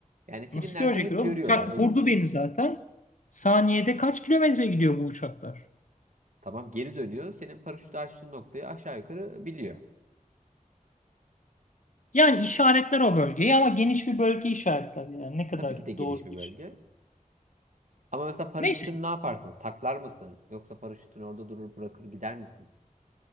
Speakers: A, on the right; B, on the left.
A: Yani filmlerde
B: Nasıl görecekler
A: hep
B: oğlum?
A: görüyorlar
B: Uçak
A: öyle
B: vurdu
A: düşün.
B: beni zaten. Saniyede kaç kilometre gidiyor bu uçaklar?
A: Tamam geri dönüyor senin paraşütü açtığın noktayı aşağı yukarı biliyor.
B: Yani işaretler o bölgeyi ama geniş bir bölge işaretler yani. Ne kadar
A: Tabii ki de geniş
B: doğru
A: bir
B: bir
A: bölge.
B: şey.
A: Ama mesela paraşütünü
B: Neyse.
A: ne yaparsın? Saklar mısın? Yoksa paraşütün orada durur bırakır gider misin?